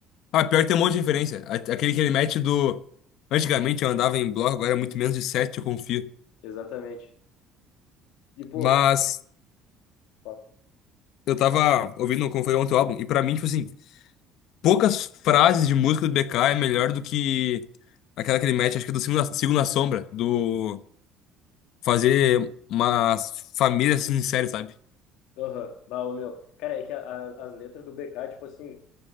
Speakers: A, on the left; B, on the left.
A: Ah, pior que tem um monte de referência. A- Aquele que ele mete do. Antigamente eu andava em bloco, agora é muito menos de sete, eu confio.
B: Exatamente. E, pô,
A: Mas
B: ó,
A: eu tava ouvindo como foi ontem o álbum, e pra mim, tipo assim. poucas frases de música do BK é melhor do que aquela que ele mete, acho que é do Sigo na, Sigo na Sombra, do fazer uma família se sincera, sabe?
B: aham, bah, ô, meu, cara, é que a- a- as letras do BK, tipo assim,